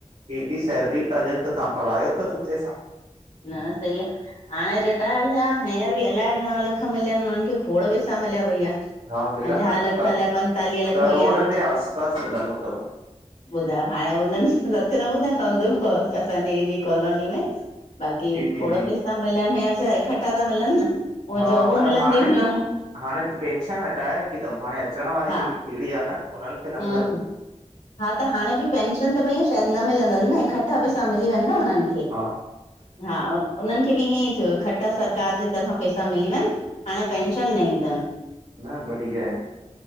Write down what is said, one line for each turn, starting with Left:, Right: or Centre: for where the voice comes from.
Right: हेॾी सैलरी था ॾियनि त तव्हां पढ़ायो त सुठे सां
Left: न सही आहे हाणे रट रिटायर थिया हींअर बि अलाए घणा लख मिलिया आहिन हुनन खे खोड़ पैसा मिलिया भईया
Right: हा मिलंदा
Left: पंझा
Right: न
Left: लख
Right: क
Left: अलाइ पंतालीह लख
Right: करोड़
Left: हींअर कुझ
Right: जे आस पास मिलंदो तव।
Left: ॿुधायो हाणे हुननि सच न ॿुधायो हुंदन असांजे हेॾी कॉलोनी में बाक़ी
Right: जी जी
Left: खोॾं
Right: जी
Left: पैसा मिलनि हींअर छा इक्कठा ता मिलन न उअ
Right: हा
Left: जॉबूं
Right: पर
Left: मिलंदी
Right: हाणे न
Left: हुयूं
Right: हाणे पेंशन हटाए रखी अथनि हाणे अचण वारी
Left: हा
Right: जेकी पीढड़ी आहे न हुनन खे न
Left: हा
Right: मिलन्द
Left: हा हा त हाणे बि पेंशन त भईया शायिद न मिलंदन न इकट्ठा पैसा मिली वेंञ न हुननि खे
Right: हा
Left: हा, हु हुनन खे बि इअंइ थियो इक्कठा सरकार जे तरफ़ां पैसा मिली वन, हाणे पेंशन न इंदी।
Right: न बढ़िया आहे।